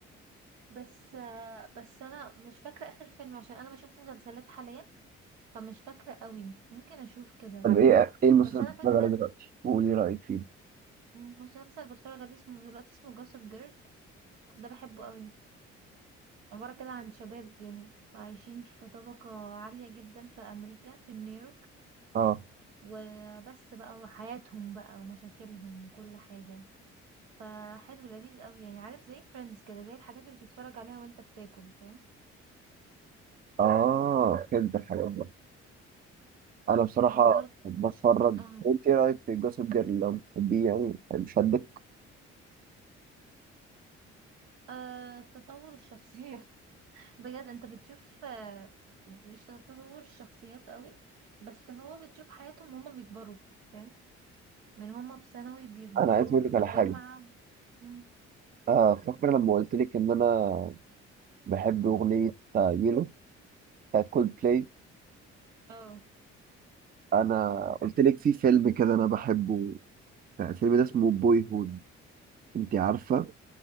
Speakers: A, on the right; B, on the right.
A: بس آه، بس انا مش فاكره اخر فيلم عشان انا بشوف مسلسلات حاليا فمش فاكره قوي ممكن اشوف كده
B: طب أنا ايه ايه المسلسل
A: بس انا
B: اللي
A: فاكره
B: بتتفرج عليه دلوقتي وقولي لي رايك فيه
A: إن مسلسل بتفرج عليه اسمه دلوقتي اسمه جوسب جيرل ده بحبه قوي عباره كده عن شباب يعني عايشين في طبقه عاليه جدا في امريكا في نيويورك
B: اه
A: وبس بقى وحياتهم بقى ومشاكلهم وكل حاجه فحلو لذيذ قوي يعني عارف زي فريندز كده زي الحاجات اللي تتفرج عليها وانت بتاكل فاهم
B: اه فهمت الحاجات بقى انا بصراحه
A: وبرضه
B: بتفرج
A: اه
B: انت ايه رايك في جوسب جيرل لو بتحبيه يعني شدك
A: آه، تطور الشخصيه <laughs> بجد انت بتشوف آه، مش تطور الشخصيات قوي بس هو بتشوف حياتهم هما بيكبروا فاهم من هما في ثانوي بيكبروا
B: انا عايز اقول
A: بالجامعة
B: لك على حاجه
A: مم.
B: آه فاكره لما قلت لك ان انا بحب اغنيه يلو بتاعت كولد بلاي
A: اه
B: انا قلت لك في فيلم كده انا بحبه الفيلم ده اسمه بوي هود انت عارفه